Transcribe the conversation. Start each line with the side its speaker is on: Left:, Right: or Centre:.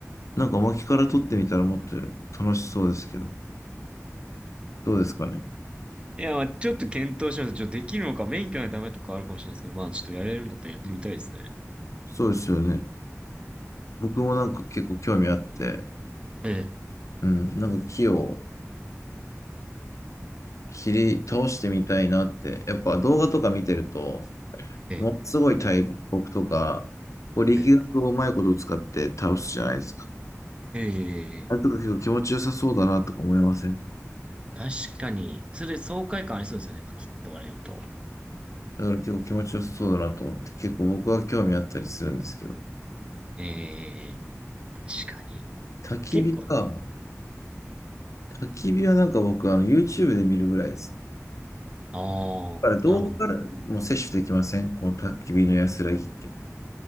Left: なんか薪から取ってみたらもっと楽しそうですけど、どうですかね。
Right: いや、まあちょっと検討します。ちょっとできるのか、免許がダメとかあるかもしれないですけど、まあちょっとやれるんだったらやってみたいですね。
Left: うんそうですよね。僕もなんか結構興味あって、
Right: ええ、
Left: うん、なんか木を切り倒してみたいなって、やっぱ動画とか見てると、
Right: ええ、
Left: ものすごい大木とか、こう力学をうまいこと使って倒すじゃないですか。
Right: ええ、ええ、ええ
Left: あれとか結構気持ちよさそうだなとか思いません
Right: 確かに。それ、爽快感ありそうですよね、パキッと割れると。
Left: だから結構気持ちよさそうだなと思って、結構僕は興味あったりするんですけど。
Right: ええ、確かに。
Left: 焚き火か。
Right: 結構、うん、
Left: 焚き火はなんか僕あの YouTube で見るぐらいですね。
Right: ああ、
Left: からどこからも摂取できませんこの焚き火の安らぎって。
Right: なるほど。